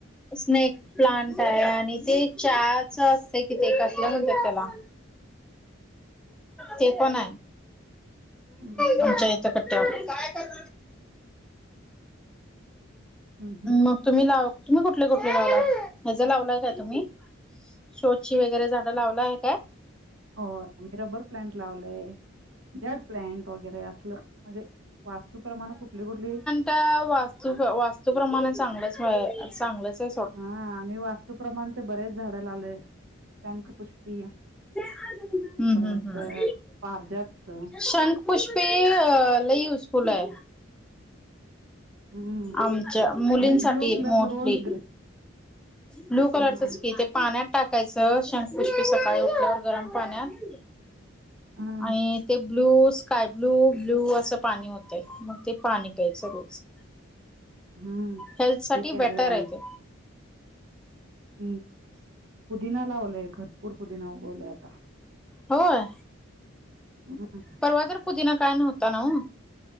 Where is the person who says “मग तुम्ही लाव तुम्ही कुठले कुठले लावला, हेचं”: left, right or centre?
Centre